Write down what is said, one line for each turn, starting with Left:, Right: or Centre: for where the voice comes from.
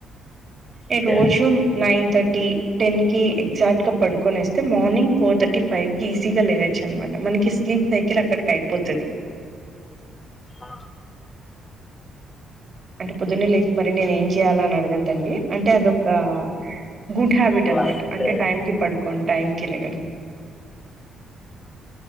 Left: ఓకే
Right: ఈ రోజు నైన్ థర్టీ టెన్ కి ఎగ్జాక్ట్ గా పడుకొ నేస్తే మార్నింగ్ ఫోర్ థర్టీ ఫైవ్ కి ఈస్ గా లేయొచ్చు అనమాట మనకి స్లీప్ సైకిల్ అక్కడికి అయిపోతది
Left: ఆ
Right: అంటే పొద్దునే లేచి మరి నేను ఏం చెయాల అని అడగద్దండి అంటే అదొక గుడ్ హ్యాబిట్
Left: అలా
Right: అనమాట
Left: ఏం
Right: అంటే
Left: లేదు
Right: టైం కి పడుకోనీ టైంకి లేగటం